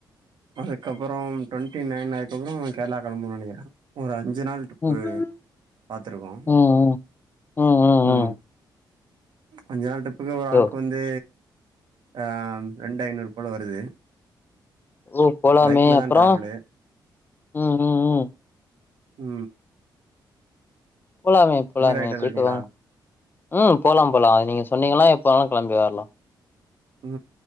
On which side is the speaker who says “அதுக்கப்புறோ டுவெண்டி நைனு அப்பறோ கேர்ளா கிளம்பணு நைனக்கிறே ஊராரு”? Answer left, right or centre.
Right